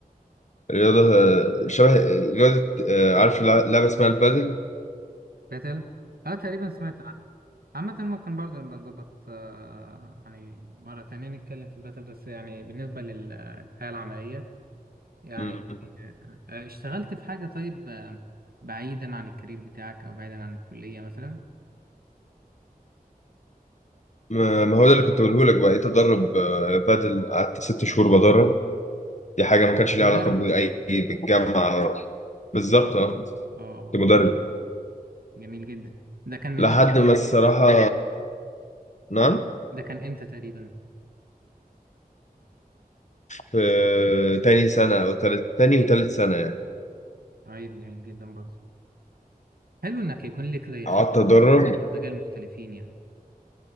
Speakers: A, on the left; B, on the right.
A: رياضه آه، شبه آه، رياضه آه، عارف لع- لعبه اسمها البادل
B: باتل اه تقريبا سمعت عنه عامة ممكن برضه نبقى نظبط آه يعني مرة تانية نتكلم في باتل بس يعني بالنسبة للحياة العملية يعني
A: اه
B: آه آه، اشتغلت في حاجة طيب آه بعيدا عن الكارير بتاعك او بعيدا عن الكلية مثلا
A: ما ما هو ده اللي كنت بقوله لك بقيت ادرب آه، بادل قعدت ست شهور بدرب دي حاجه ما كانش ليها
B: مدرب
A: علاقه باي بالجامعه بالظبط
B: اه
A: اه
B: اه آه،
A: كنت
B: جميل
A: مدرب
B: جميل جدا ده كان من
A: لحد
B: امتى
A: ما الصراحه نعم
B: ده كان امتى تقريبا
A: في تاني سنه او تالت تاني وتالت سنه يعني
B: طيب جميل جدا برضه حلو انك يكون لك زي خبرة
A: قعدت ادرب
B: اكتر من مجال مختلفين يعني